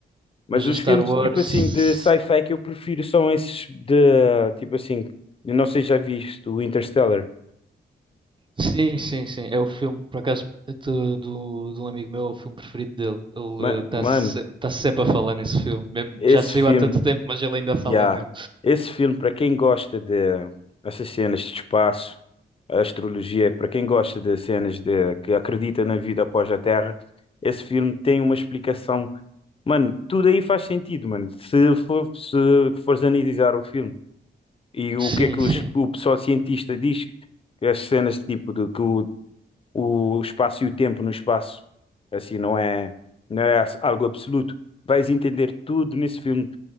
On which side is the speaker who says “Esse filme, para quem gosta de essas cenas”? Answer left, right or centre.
Left